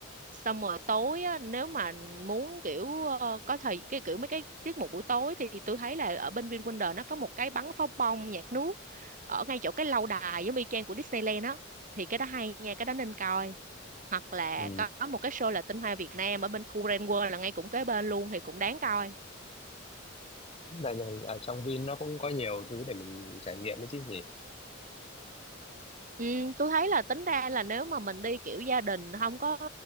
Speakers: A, on the right; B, on the left.
A: xong rồi tối á, nếu mà muốn kiểu ờ, có thời cái kiểu mấy cái tiết mục buổi tối thì tôi thấy là ở bên VinWonder nó có một cái bắn pháo bông nhạc nước ở ngay chỗ cái lâu đài giống y chang của Disneyland á thì cái đó hay nha cái đó nên coi hoặc là
B: Ừ.
A: có một cái show là tinh hoa Việt Nam ở bên khu Grand World là ngay cũng kế bên luôn thì cũng đáng coi
B: Tại này ở trong Vin nó cũng có nhiều thứ để mình trải nghiệm đấy chứ nhỉ
A: Ừ, tôi thấy là tính ra là nếu mà mình đi kiểu gia đình không có